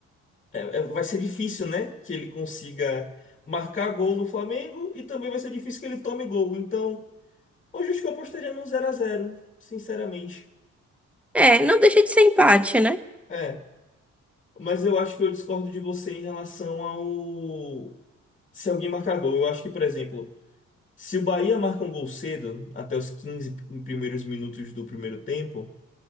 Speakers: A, on the left; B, in the centre.
A: é, é, vai ser difícil, né, que ele consiga marcar gol no Flamengo e também vai ser difícil que ele tome gol. Então, hoje acho que eu apostaria num zero a zero sinceramente.
B: É, não deixa de ser empate, né?
A: É. Mas eu acho que eu discordo de você em relação ao. Se alguém marcar gol. Eu acho que, por exemplo, se o Bahia marca um gol cedo, até os 15 primeiros minutos do primeiro tempo,